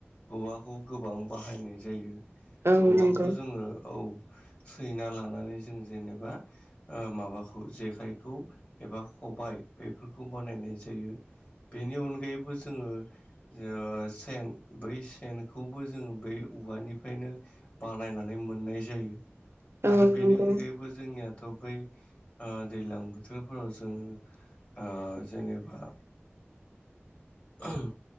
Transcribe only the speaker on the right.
औ
नंगौ
औ
नंगौ